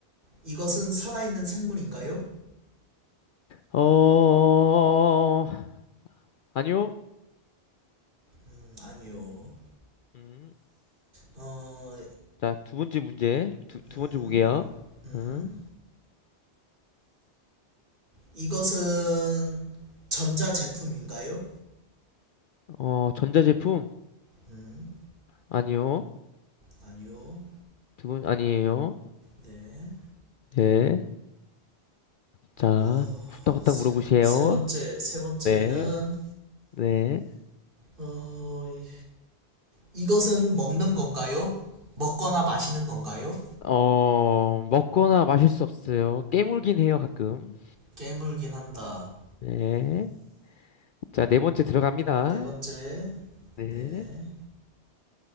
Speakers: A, on the right; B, on the left.
A: 이것은 살아있는 생물인가요?
B: 어, 아니요.
A: 음, 아니요.
B: 음,
A: 어,
B: 자두 번째 문제 두,
A: 음,
B: 두 번째 곡이야.
A: 음,
B: 응?
A: 이것은 전자 제품인가요?
B: 어, 전자제품
A: 음,
B: 아니요.
A: 아니요.
B: 두 번 아니에요.
A: 네.
B: 예. 자,
A: 어,
B: 후딱후딱
A: 세,
B: 물어보세요.
A: 세 번째, 세 번째는,
B: 네, 네.
A: 어, 이, 이것은 먹는 건가요? 먹거나 마시는 건가요?
B: 어, 먹거나 마실 수 없어요. 깨물긴 해요, 가끔.
A: 깨물긴 한다.
B: 네. 자, 네 번째 들어갑니다.
A: 네 번째.
B: 네.
A: 네.